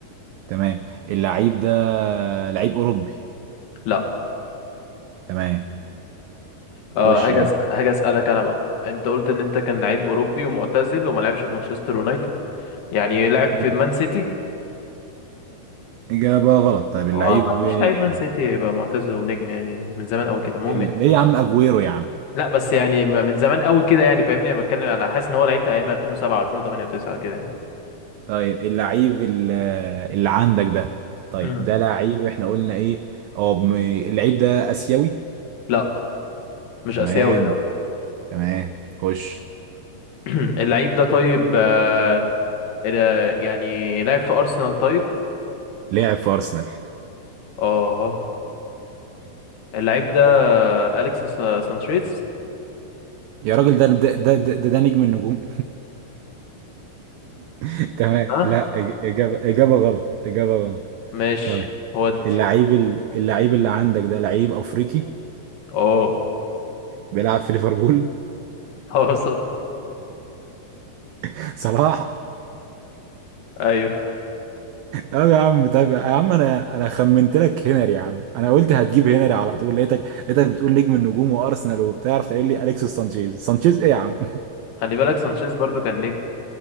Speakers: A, on the right; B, on the left.
A: تمام اللعيب ده لعيب اوروبي
B: لا
A: تمام
B: اه
A: خش
B: هاجي أس- هاجي اسالك انا بقى انت قلت ان انت كان لعيب اوروبي ومعتزل وما لعبش في مانشستر يونايتد يعني لعب في
A: يلا
B: مان سيتي
A: إجابة غلط طيب اللعيب
B: هو ما فيش
A: ال...
B: لعيب مان سيتي يبقى معتزل ونجم يعني من زمان قوي كده المهم
A: ال...
B: يعني.
A: ليه يا عم أجويرو يا عم
B: لا بس يعني م- من زمان قوي كده يعني فاهمني انا بتكلم انا حاسس ان هو لعيب في ايام 2007 و2008 و9 كده يعني
A: طيب اللعيب ال- اللي عندك ده طيب
B: مم.
A: ده لعيب احنا قلنا ايه اه بم- اللعيب ده آسيوي
B: لا مش
A: تمام
B: اسيوي لا
A: تمام خش
B: <clears throat> اللعيب ده طيب آه ال- يعني لعب في ارسنال طيب
A: لعب في أرسنال
B: اه اللعيب ده آه، اليكس سا- سانشيز
A: يا راجل ده ده ده ده, ده, ده نجم النجوم <laughs> تمام
B: ها
A: لا إج- إجابة إجابة غلط إجابة غلط
B: ماشي
A: طيب
B: ودي
A: اللعيب ال- اللعيب اللي عندك ده لعيب أفريقي
B: اه
A: بيلعب في ليفربول
B: اه <laughs> صح.
A: <laughs> صلاح
B: ايوه
A: اه يا عم طيب يا عم انا انا خمنت لك هنري يا عم انا قلت هتجيب هنري على طول لقيتك لقيتك بتقول نجم النجوم وارسنال وبتاع رحت قايل لي اليكس سانشيز سانشيز ايه يا عم
B: خلي بالك سانشيز برضو كان نجم